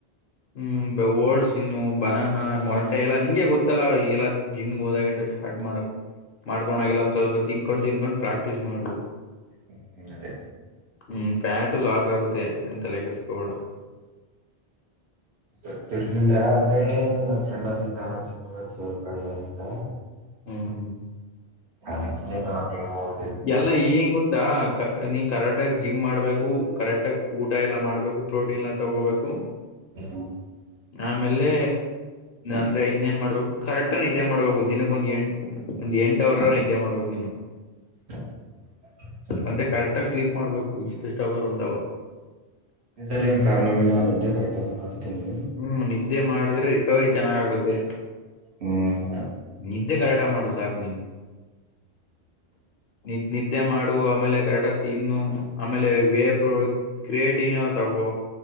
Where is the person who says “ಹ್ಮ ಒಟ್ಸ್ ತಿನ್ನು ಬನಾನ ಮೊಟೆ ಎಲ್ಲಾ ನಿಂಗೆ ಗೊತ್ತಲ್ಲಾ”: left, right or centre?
Left